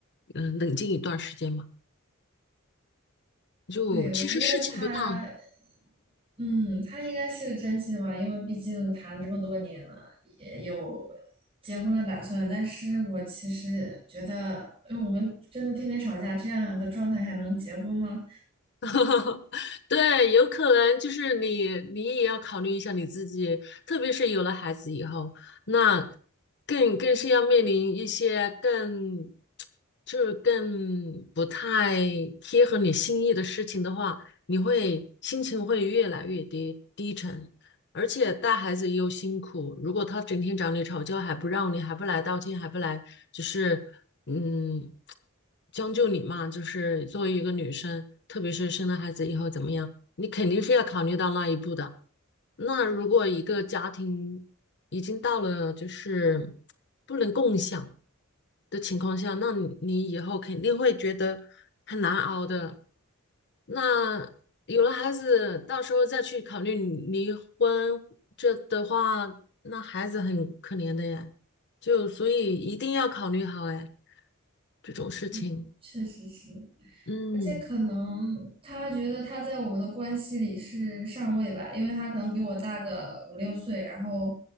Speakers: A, on the left (about 55°); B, on the right (about 25°).
A: 嗯，冷静一段时间嘛。就其实事情不大。
B: 对，我觉得他，嗯，他应该是个真心的吧，因为毕竟谈了这么多年了，也有结婚的打算。但是我其实觉得，因为我们真的天天吵架，这样的状态还能结婚吗？
A: <laughs> 对，有可能就是你，你也要考虑一下你自己，特别是有了孩子以后，那更更是要面临一些更，就是更不太贴合你心意的事情的话，你会心情会越来越低低沉，而且带孩子又辛苦，如果他整天找你吵架，还不让你，还不来道歉，还不来，就是。嗯，将就你嘛，就是作为一个女生，特别是生了孩子以后怎么样，你肯定是要考虑到那一步的。那如果一个家庭已经到了就是不能共享，的情况下，那你你以后肯定会觉得很难熬的。那有了孩子，到时候再去考虑离婚，这的话，那孩子很可怜的呀。就所以一定要考虑好哎，这种事情。
B: 嗯，确实是。
A: 嗯
B: 而且可能他觉得他在我们的关系里是上位吧，因为他可能比我大个五六岁，然后